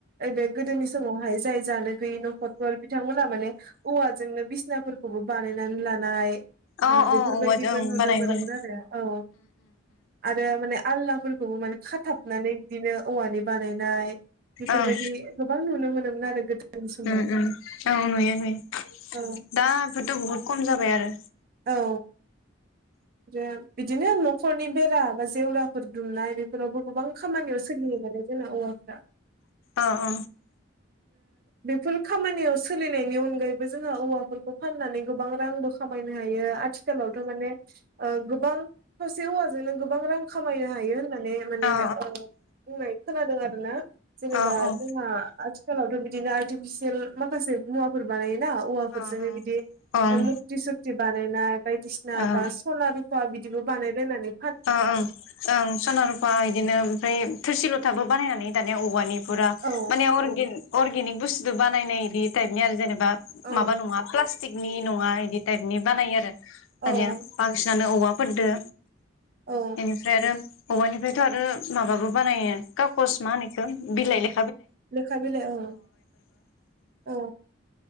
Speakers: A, on the right; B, on the left.
A: ओइबे गोदोनि समावहाय जाय जानो गैयि नखरफोर बिथांमोनहा माने औवाजोंनो बिसिना फोरखौबो बानायनानै लानाय
B: अ
A: ओ बेफोरबायदिबो
B: अ औवाजों
A: नुनो
B: बानायोमोन
A: मोनोमोन औ आरो माने आलनाफोरखौबो माने खाथाबनानै बिदिनो औवानि बानायनाय बेफोरबायदि
B: ओं
A: गोबां नुनो मोनो न आरो गोदोनि समाव
B: उम उम औ नुयो नुयो
A: ओं
B: दाफोरथ' बुहुद खम जाबाय आरो
A: औ <unintelligible> बिदिनो नख'रनि बेरा बा जेवराफोर दुमनाय बेफोरावबो गोबां खामानियाव सोलियो माने जोंना औवा <inaudible>
B: अ अ
A: बेफोर खामानियाव सोलिनायनि अनगायैबो जोंङो औवाफोरखौ फाननानै गोबां रांबो खामायनो हायो आथिखालावथ' माने ओ गोबां थसे औवाजोंनो गोबां रां खामायनो हायो माने माने
B: औ
A: ओ बुंनाय खो खोनादों आरोना जोङो
B: औ
A: दा
B: औ
A: जोंहा आथिखालाव थ' बिद दिनो आर्टिफिसियेल माखासे मुवाफोर बानायो ना औवाफोरजोंनो
B: औ
A: बिदि
B: ओं
A: ओ मुकति सुकति बानायनाय बायदिसिना
B: ओं
A: बा सना रुफा बिद बिदिबो बानाय लायनानै
B: अ ओं ओं सना रुफा इदिनो ओमफ्राय थोरसि लथाबो बानायनानै दानिया औवानि फुरा
A: औ
B: माने अरगे अर्गेनिक बुस्थुथ बानायनाय इदि टाइपनि आरो जेने बा
A: औ
B: माबा नङा प्लास टिकनि नङा इदि टाइपनि बानायो आरो
A: औ
B: दानिया बांसिनानो औवा फोरदो।
A: औ
B: बेनिफ्राय आरो औवानिफ्रायथ आरो माबाबो बानायो कागस मा होनो इखो बिलाइ लै।
A: लेखा बिलाइ औ औ।